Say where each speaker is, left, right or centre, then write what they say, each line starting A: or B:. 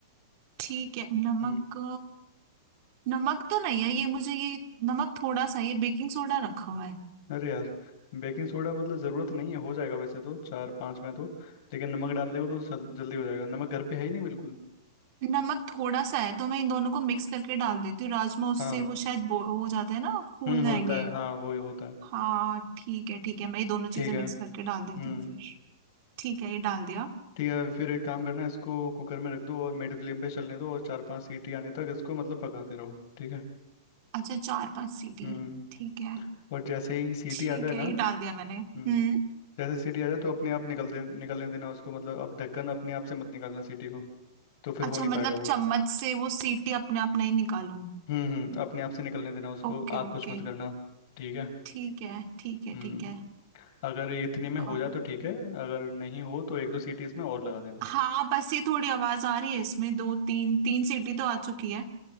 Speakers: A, on the right (about 40°); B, on the left (about 50°).
A: ठीक है नमक
B: हम्म
A: नमक तो नहीं है ये मुझे ये नमक थोड़ा सा ये बेकिंग सोडा रखा हुआ है
B: अरे यार बेकिंग सोडा मतलब ज़रूरत नहीं है हो जाएगा वैसे तो चार पाँच में तो लेकिन नमक डाल देगा तो जल, जल्दी हो जाएगा नमक घर पे है ही नहीं बिल्कुल
A: नमक थोड़ा सा है तो मैं इन दोनों को मिक्स करके डाल देती हूँ राजमा उससे
B: हाँ
A: वो शायद बो- हो जाते हैं ना फूल
B: हम्म
A: जाएंगे
B: होता है हाँ वो ही होता है
A: हाँ ठीक है ठीक है मैं ये दोनों
B: ठीक
A: चीजें
B: है
A: मिक्स करके डाल
B: हम्म
A: देती हूँ फिर ठीक है ये डाल दिया
B: ठीक है फिर एक काम करना इसको कुकर में रख दो और मिड फ्लेम पे चलने दो और चार पांच सीटी आने तक इसको मतलब पकाते रहो ठीक है
A: अच्छा चार पांच सीटी
B: हम्म
A: ठीक है
B: और जैसे ही सीटी
A: ठीक
B: आ जाए ना
A: है ये डाल दिया मैंने
B: हम्म
A: हम्म
B: जैसे सीटी आ जाए तो अपने आप निकल दे निकलने देना उसको मतलब अब ढक्कन अपने आप से मत निकालना सीटी को तो फिर
A: अच्छा
B: हो नहीं
A: मतलब
B: पाएगा वो
A: चम्मच से वो सीटी अपने आप नहीं निकालूं
B: हम्म हम्म अपने आप से निकलने देना उसको
A: Okay
B: आप
A: okay
B: कुछ मत करना ठीक है
A: ठीक है ठीक है
B: हम्म
A: ठीक
B: अगर इतने में
A: है
B: हो जाए तो ठीक है अगर नहीं हो तो एक दो सीटी इसमें और लगा देना
A: हाँ बस ये थोड़ी आवाज आ रही है इसमें दो तीन तीन सीटी तो आ चुकी है